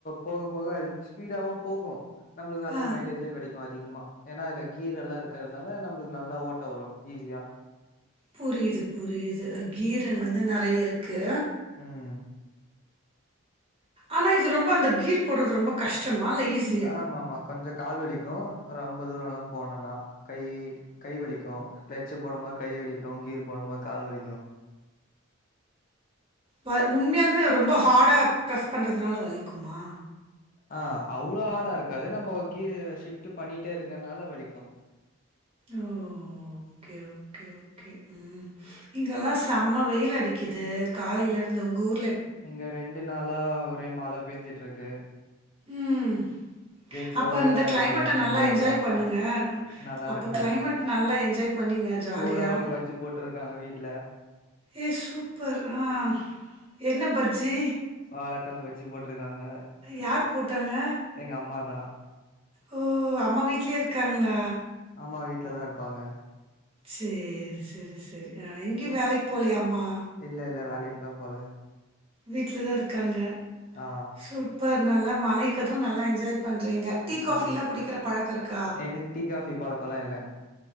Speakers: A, on the left; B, on the right.
A: போக போக அது ஸ்பீடாவு போகு நம்பளுக்கு நல்ல
B: ஆ
A: மைலேஜு கெடைக்கு அத் அதிகமா ஏனா அதுல கீர் எல்லா இருக்கறனால நம்மளுக்கு நல்லா ஓட்ட வரு ஈஸியா
B: புரியிது புரியிது கீர் வந்து நெறைய இருக்கு
A: ம்
B: ஆனா இது ரொம்ப அந்த கீர் போட்றது ரொம்ப கஷ்டமா இல்ல ஈஸ்
A: ஆமா ஆமா கொஞ்ச கால் வலிக்கு ரொம்ப தூரல்லா போனனா கை கை வலிக்கு கிளச்சு போடுமோ கை வலிக்கு கீர் போடுமோ கால் வலிக்கு
B: வ உண்மையாலுமே ரொம்ப ஹாடா ப்ரெஸ் பண்றதுனால வலிக்குமா
A: ஆ அவ்ளோ ஆடா இருக்காது நம்ம கீர் ஷிஃப்ட் பண்ணிட்டே இருக்கனால வலிக்கு
B: ம் ஓகே ஓகே ஓகே ம் இங்கெல்லா சம்ம வெயில் அடிக்குது காலையில இருந்து உங்க ஊர்
A: இங்க ரெண்டு நாளா ஒரே மழ பெஞ்சிட்ருக்கு
B: ம்
A: கிளௌடியா
B: அப்ப இந்த
A: தா
B: கிளைமட்ட
A: இருக்கு ரெண்டு
B: நல்லா
A: மூணு நாளா
B: என்ஜாய் பண்ணுங்க
A: நல்லா
B: அப்ப
A: இருக்கு
B: கிளைமட் நல்லா என்ஜாய் பண்ணிங்க ஜாலியா
A: சூடா ஒரு பஜ்ஜி போட்டிருக்காங்க வீட்ல
B: ஏ சூப்பர் ஆ என்ன பஜ்ஜி
A: வாழக்கா பஜ்ஜி போட்டிருக்காங்க
B: யார் போட்டாங்க
A: எங்க அம்மா தா
B: ஓ அம்மா வீட்லயே இருக்காங்ளா
A: ஆமா வீட்ல தா இருப்பாங்க
B: சேரி செரி செரி எங்கேயு வேலைக்கு போலையா அம்மா
A: இல்ல இல்ல வேலைக்குல்லா போல
B: வீட்ல தா இருக்காங்க
A: ஆ
B: சூப்பர் நல்லா மழைக்கு அது நல்லா என்ஜாய் பண்றீங்க டீ
A: ம்
B: காஃபில்லா குடிக்கிற பழக்க இருக்கா
A: எனக்கு டீ காஃபி பழக்கோல்லா இல்ல